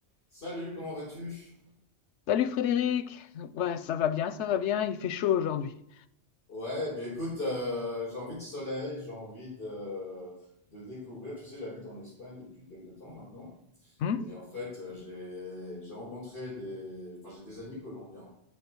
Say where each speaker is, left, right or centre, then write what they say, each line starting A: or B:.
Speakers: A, on the left; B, on the left.
A: Salut, comment vas-tu?
B: Salut Frédéric! Ouais, ça va bien, ça va bien, il fait chaud aujourd'hui.
A: Ouais, ben écoute, euh, j'ai envie de soleil, j'ai envie de, de découvrir. Tu sais, j'habite en Espagne depuis quelques temps maintenant.
B: Hmm
A: Et en fait, euh, j'ai j'ai rencontré des, enfin, j'ai des amis colombiens.